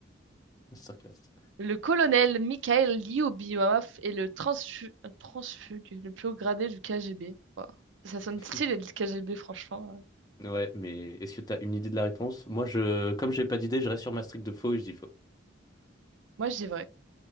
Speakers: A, on the left (about 20°); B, on the right (about 75°).
A: masterclass.
B: Le colonel Mikhail Lyubimov est le transfu- euh, transfugue, le plus haut gradé du KGB. Wow. Ça sonne
A: <laughs>
B: stylé, le KGB, franchement.
A: Ouais, mais est-ce que t'as une idée de la réponse? Moi, je, comme j'ai pas d'idée, je reste sur ma streak de faux et je dis faux.
B: Moi, je dis vrai.